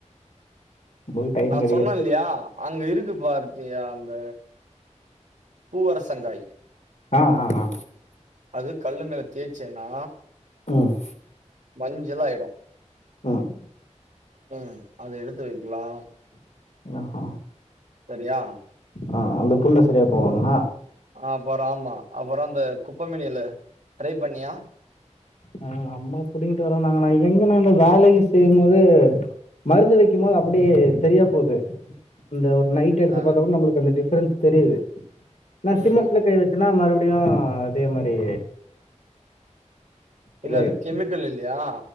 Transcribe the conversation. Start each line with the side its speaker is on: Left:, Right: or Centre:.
Left: உங்களுக்கு டைம்
Right: த
Left: கிடைக்கல
Right: சொன்ன இல்லையா அங்க இருக்குபா ஆர்த்தி அந்த பூவரசங்காய்
Left: ஆ ஆ ஆ
Right: அது கல்லு மேல தேய்ச்சேன்னா
Left: ம்
Right: மஞ்சளாய்டு
Left: ம்
Right: ம் அது எடுத்து வைக்கலா
Left: ஆஹா
Right: சரியா
Left: ஆ அந்த புண்ண சரியாக போவாதுண்ணா
Right: அப்பறம் அப்பற அந்த குப்பைமேனி எல ட்ரை பண்ணியா
Left: ஆ அம்மா புடிங்கிட்டு வர்ரேன்னாங்கண்ணா எங்கன்னா இங்க நா இந்த வேலையே செய்யும் போது மருந்து வைக்கும் போது அப்படியே சரியா போது அந்த ஒரு நைட் டு எடுத்து
Right: ஆ
Left: பாத்தா கூட நம்மளுக்கு அந்த டிப்பரன்ஸ் தெரியுது நா
Right: ம்
Left: சிமெண்ட்ல
Right: ம்
Left: கை வச்சன்னா மறுபடியு அதே மாரி இதாயிடுது
Right: இல்ல அது கெமிக்கல் இல்லையா